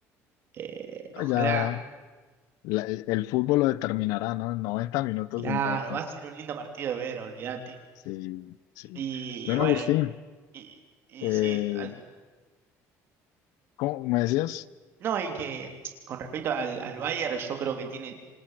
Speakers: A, on the right; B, on the left.
A: eh, ojalá.
B: Ya la- e, el fútbol lo determinará, ¿no? noventa minutos
A: Claro,
B: de infarto.
A: va a ser un lindo partido de ver, olvídate.
B: Sí, sí.
A: Y,
B: Bueno,
A: y bueno,
B: Agustín,
A: y, y
B: eh,
A: sí, al-
B: ¿cómo me decías?
A: No, y que con respecto al, al Bayern, yo creo que tiene,